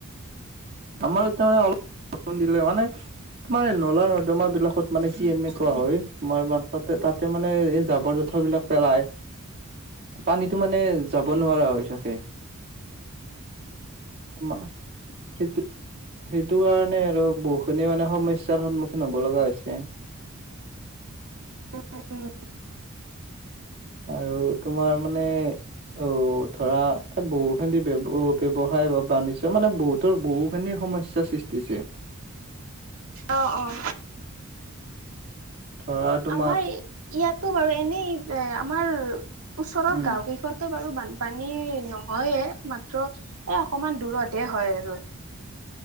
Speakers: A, on the right; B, on the right.
A: আমাৰ তামানে অলপ বৰষুণ দিলে মানে তোমাৰ এই নলা নৰ্দমা বিলাকত মানে কি এনেকুৱা হয়, তোমাৰ তাতে তাতে মানে এই জাবৰ জোঁথৰ বিলাক পেলায়। পানীতো মানে যাব নোৱাৰা হৈ থাকে। তোমা সেইটো কাৰণে আৰু বহুখিনি মানে সমস্যাৰ সন্মুখীন হ'ব লগা হৈছে।
B: উম উম।
A: আৰু তোমাৰ মানে অ ধৰা এ বহু খিনি ব্যয় ব্যৱসায় বা বাণিজ্যয় মানে বহু তৰ বহুখিনি সমস্যা সৃষ্টিছে।
B: অঁ অঁ।
A: ধৰা তোমাৰ
B: আমাৰ ইয়াতো বাৰু এনেই এ আমাৰ ওচৰৰ
A: উম
B: গাঁও কেইখন টো বাৰু বানপানী নহয়ে মাত্ৰ এ অকনমান দূৰতে হয় আৰু।